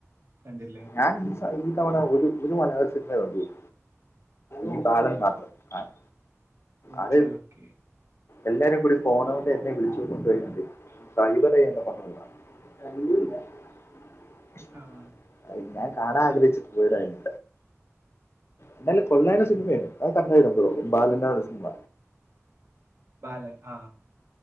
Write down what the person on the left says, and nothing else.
ഞാൻ ഈ തവണ ഒരു ഒരു മലയാള സിനിമ കണ്ടുള്ളു ഈ ബാലൻ മാത്രം ആഹ്
അത്
എല്ലാരും കൂടി പോണ കൊണ്ട് എന്നെ വിളിച്ചു കൊണ്ട് പോയിരുന്നുണ്ട് സൈബർ ചെയ്യണ കണ്ടിണ്ടാ. <unintelligible>
അഹ് ഞാൻ ആഗ്രഹിച്ചിട്ട് പോയതാര്ന്നു.. എന്നാലും കൊള്ളാരുന്ന സിനിമയാണ് ഞാൻ കണ്ടാരുന്ന് ബാലൻ്റെ ആ സിനിമ